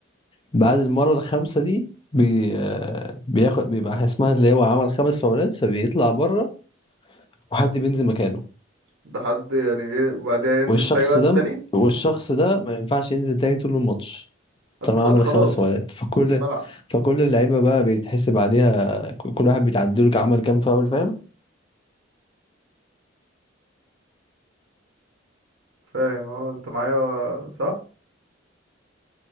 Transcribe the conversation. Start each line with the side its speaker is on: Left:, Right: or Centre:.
Left: بعد المرة الخامسة دي بي... آه، بياخد بيبقى اسمها اللي هو عمل خمس فاولات فبيطلع بره وحد بينزل مكانه
Right: ده حد يعني ايه وبعدها ينزل
Left: والشخص
Right: في اي وقت
Left: ده
Right: تاني
Left: والشخص ده ما ينفعش ينزل تاني طول الماتش
Right: اتطرد
Left: طالما عمل
Right: خلاص
Left: خمس فاولات فكل
Right: من الملعب
Left: فكل اللعيبة بقى بيتحسب عليها ك- كل واحد بيتعدله عمل كام فاول فاهم؟
Right: فاهم اه انت معايا صح